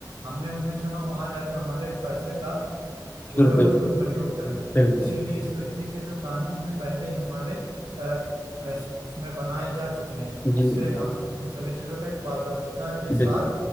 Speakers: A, on the right; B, on the left.
A: हमने उन्हें चुना वहां जाकर हमारे पैसे का जो
B: दुरुपयोग
A: है वो दुरुपयोग करें
B: बिल्कुल
A: इसीलिए इस तरीके के जो कानून है पहले ही हमारे अ, ऐस- उसमें बनाए जा चुके हैं
B: जी जी,
A: जिससे हम इन सभी चीजों का एक पारदर्शिता के साथ
B: बिल्कुल